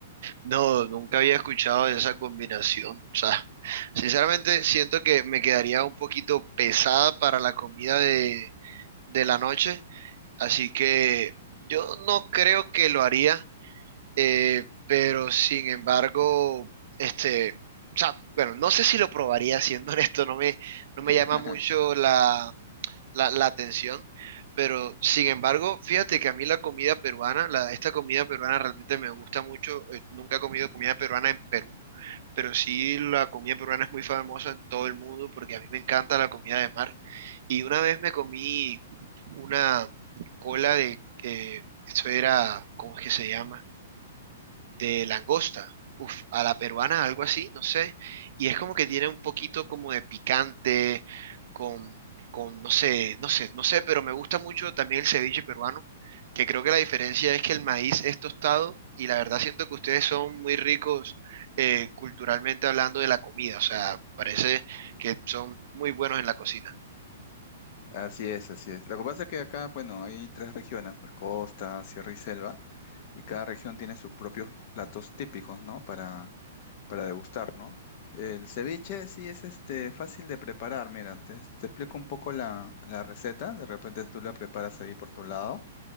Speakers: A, on the right; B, on the left.
A: No, nunca había escuchado de esa combinación. O sea, sinceramente siento que me quedaría un poquito pesada para la comida de, de la noche, así que yo no creo que lo haría, eh, pero sin embargo, este, o sea, bueno, no sé si lo probaría, siendo <laughs> honesto, no me, no
B: <laughs>
A: me llama mucho la. la, la atención, pero sin embargo, fíjate que a mí la comida peruana, la, esta comida peruana realmente me gusta mucho. eh, nunca he comido comida peruana en Perú, pero sí la comida peruana es muy famosa en todo el mundo porque a mí me encanta la comida de mar. Y una vez me comí una cola de, eh, eso era, ¿cómo es que se llama? de langosta, uf, a la peruana, algo así, no sé, y es como que tiene un poquito como de picante, con, con, no sé, no sé, no sé, pero me gusta mucho también el ceviche peruano, que creo que la diferencia es que el maíz es tostado y la verdad siento que ustedes son muy ricos eh, culturalmente hablando de la comida, o sea, parece que son muy buenos en la cocina.
B: Así es, así es. Lo que pasa es que acá, bueno, hay tres regiones, pues costa, sierra y selva, y cada región tiene sus propios platos típicos, ¿no? Para, para degustar, ¿no? El ceviche sí es este, fácil de preparar, mira, te, te explico un poco la, la receta, de repente tú la preparas ahí por tu lado.